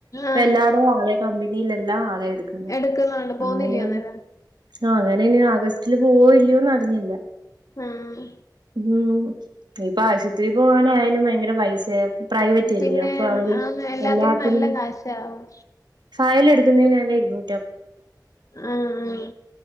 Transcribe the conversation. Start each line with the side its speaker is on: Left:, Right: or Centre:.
Right: ഇപ്പ
Left: ആഹ്
Right: എല്ലാറൂം ആളെ കമ്പനിയിലെല്ലാം ആളെ എട്ക്കുന്നെ
Left: എടുക്കുന്നുണ്ട് പോന്നില്ലയോ
Right: അങ്ങനെ
Left: അന്നേരം
Right: ആഹ് അങ്ങനെ ഇനി ആഗസ്റ്റില് പോവോ ഇല്ല്യോന്ന് അറിഞ്ഞില്ല
Left: ആഹ്
Right: ഉം ഇപ്പൊ ആശുപത്രി പോവാനായാലും വയങ്കര പൈസേ പ്രൈവറ്റ്
Left: പിന്നെ
Right: അല്ലിയോ അപ്പൊ അവര്
Left: ആന്ന്
Right: എല്ലാത്തിനും
Left: നല്ല കാശാവും
Right: ഫയലെടുക്കുന്നയിനെന്നെ ഇരുന്നൂ
Left: ആഹ് ആഹ്